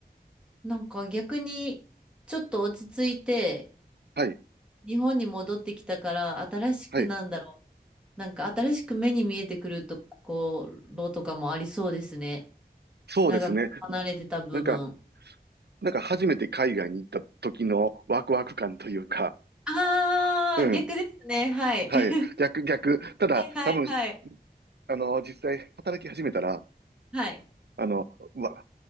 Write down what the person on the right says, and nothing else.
はい、
はい。
そうですね。
なんか、なんか初めて海外に行った時のワクワク感というか、
うん。
はい。
逆、逆。ただ、
多分、あの、実際働き始めたら、
あの、うわ、